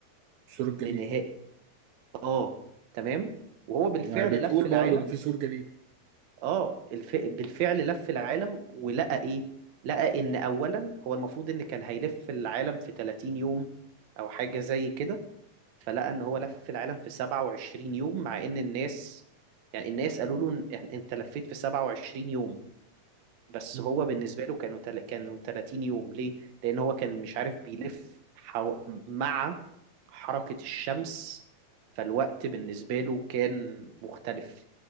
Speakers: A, on the right; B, on the right.
A: السور الجليدي
B: لنهاية اه تمام وهو بالفعل
A: ما هي بتقول
B: لف العالم
A: برضه إن في سور جليدي
B: اه الف... بالفعل لف العالم ولقى ايه لقى ان اولا هو المفروض ان كان هيلف العالم في 30 يوم او حاجة زي كده فلقى ان هو لف العالم في 27 يوم مع ان الناس يعني الناس قالوا له إن- انت لفيت في 27 يوم بس
A: مم.
B: هو بالنسبة له كانوا تل... كانوا 30 يوم ليه؟ لأن هو كان مش عارف بيلف حو... مع حركة الشمس فالوقت بالنسبة له كان مختلف